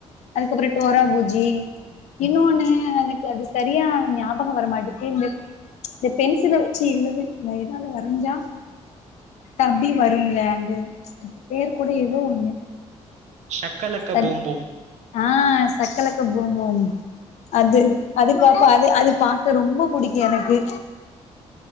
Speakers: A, on the left; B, on the right.
A: அதுக்கப்பறம் டோரா பூஜி இன்னொன்னு எனக்கு அது சரியா ஞாபகம் வரமாட்டேங் இந்த பென்சில வச்சு எழுத ந ஏதாது வரைஞ்சா தப்பி வரும்ல அந்த அதுக்கு பேர் கூட ஏதோ ஒண்ணு
B: ஷக்க லக்க
A: சரி
B: பூம்பூம்
A: ஆ சக்க லக்க பூம்பூம் அது அது பாப்பா அது அது பாக்க ரொம்ப புடிக்கும் எனக்கு